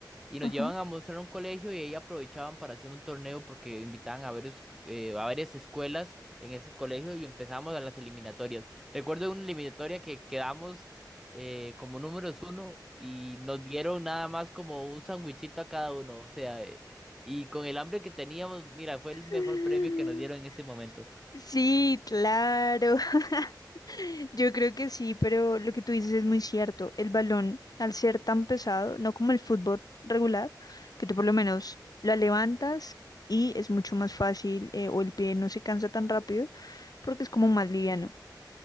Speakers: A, in the centre; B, on the left (about 55°).
A: y nos
B: Ajá.
A: llevaban a mostrar un colegio y ahí aprovechaban para hacer un torneo porque invitaban a varios, eh, a varias escuelas en ese colegio y empezamos a las eliminatorias. Recuerdo una eliminatoria que quedamos eh, como números uno y nos dieron nada más como un sandwichito a cada uno, o sea, y con el hambre que teníamos, mira, fue
B: <gasps>
A: el mejor premio que nos dieron en ese momento.
B: Sí, claro. <laughs> Yo creo que sí, pero lo que tú dices es muy cierto. El balón, al ser tan pesado, no como el fútbol regular, que tú por lo menos la levantas y es mucho más fácil, eh, o el pie no se cansa tan rápido porque es como más liviano.